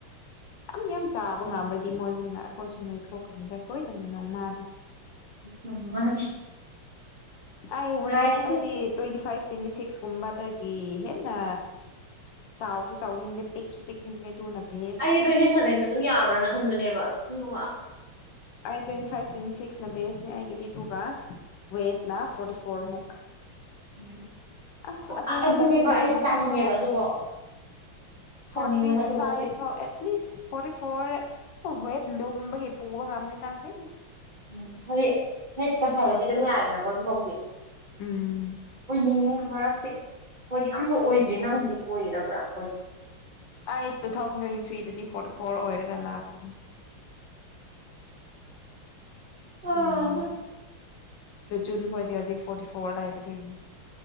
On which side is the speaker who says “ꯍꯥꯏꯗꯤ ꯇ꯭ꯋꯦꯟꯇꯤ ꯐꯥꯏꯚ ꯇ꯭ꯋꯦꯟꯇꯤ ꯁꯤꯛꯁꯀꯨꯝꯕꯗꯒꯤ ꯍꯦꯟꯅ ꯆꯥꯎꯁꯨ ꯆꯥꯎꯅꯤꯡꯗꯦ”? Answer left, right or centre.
Left